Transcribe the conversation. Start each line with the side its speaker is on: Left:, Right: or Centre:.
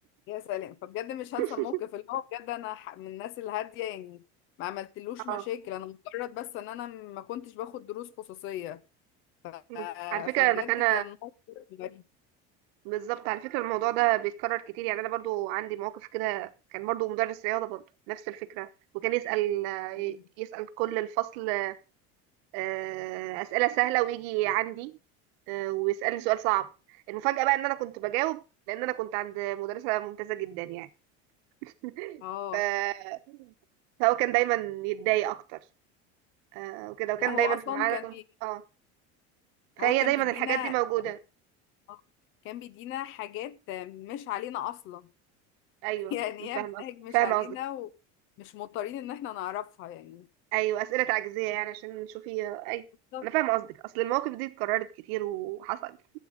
Left: يا سلام فبجد مش هنسى
Right: <laughs>
Left: الموقف اللي هو بجد انا ح- من الناس الهاديه يعني ما عملتلوش مشاكل
Right: اه
Left: انا مجرد بس ان انا ما كنتش باخد دروس خصوصيه
Right: مم.
Left: آه،
Right: على فكره
Left: فبجد
Right: انا كان
Left: كان موقف غريب
Right: بالظبط على فكره الموضوع ده بيتكرر كتير يعني انا برضو عندي مواقف كده كان برضو مدرس رياضه برضو نفس الفكره وكان يسال
Left: مم.
Right: يسال كل الفصل آه، اسئله سهله ويجي عندي آه، ويسالني سؤال صعب المفاجاه بقى ان انا كنت بجاوب لان انا كنت عند مدرسه ممتازه جدا يعني <laughs>
Left: اه
Right: ف... فهو كان دايما يتضايق اكتر آه وكده وكان
Left: لا هو
Right: دايما
Left: اصلا
Right: في معانا
Left: كان بي...
Right: اه فهي
Left: هو كان
Right: دايما
Left: بيدينا
Right: الحاجات دي موجودة
Left: آه، كان بيدينا حاجات مش علينا اصلا
Right: ايوه
Left: <laughs> يعني
Right: أنا فاهمة
Left: هي
Right: قصدك
Left: مناهج مش
Right: فاهمة
Left: علينا
Right: قصدك
Left: ومش مضطرين ان احنا نعرفها يعني
Right: ايوه اسئلة تعجيزية يعني عشان نشوفي آه، اي
Left: بالظبط
Right: انا فاهمة قصدك اصل المواقف دي اتكررت كتير وحصل